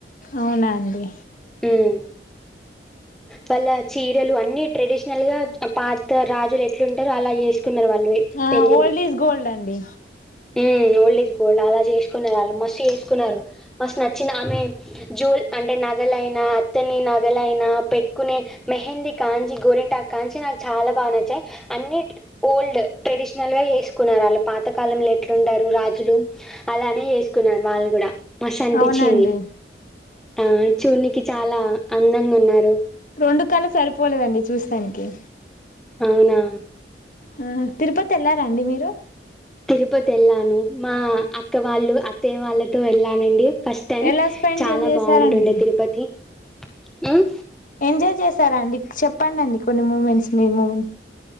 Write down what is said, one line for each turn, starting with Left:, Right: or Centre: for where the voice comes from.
Left: అవునా అండి.
Centre: హ్ వాళ్ళా చ్చి <unintelligible> అన్ని ట్రెడిషనల్ గా పాత రాజులు ఎట్లా ఉంటరు అలా చేసుకు కున్నరు వాళ్ళవి
Left: ఆ
Centre: పెళ్ళిని.
Left: ఓల్డ్ ఈజ్ గోల్డ్ అండి
Centre: హ్ ఓల్డ్ ఇస్ గోల్డ్ అలా చేసుకున్నారు వాళ్ళు. మస్త్ చేసుకున్నారు, మస్త్ నచ్చింది. ఆమె జూల్ అంటే నగలైనా అతని నగలైనా పెట్టుకునే మెహందీ కాంచి గోరింటాకు కాంచి నాకు చాలా బాగా నచ్చాయి. అన్ని ఓల్డ్ ట్రెడిషనల్గా చేసుకున్నారు వాళ్ళు పాతకాలం లె ఎట్లుంటరు రాజులు అలానే ఏసుకున్నారు వాళ్ళు కూడా. మస్త్ అనిపించింది.
Left: అవునండి
Centre: ఆ చూన్నికి చాలా అందంగా ఉన్నారు.
Left: రొండు కళ్ళు సరిపోలేదండి చూస్ థ్యాంక్యూ
Centre: అవునా.
Left: ఆ తిరుపతి వెళ్లారాండి మీరు.
Centre: తిరుపతి ఎళ్ళాను. మా అక్కవాళ్ళు అత్తయ వాళ్ళతో వెళ్ళానండి. ఫస్ట్ టైం
Left: ఎలా స్పెండ్
Centre: చాలా
Left: చేసారండి
Centre: బావుంటుండే తిరుపతి. హ్
Left: ఎంజాయ్ చేశారా అండి? చెప్పండి అండి కొన్ని మూమెంట్స్ మీ మూమెం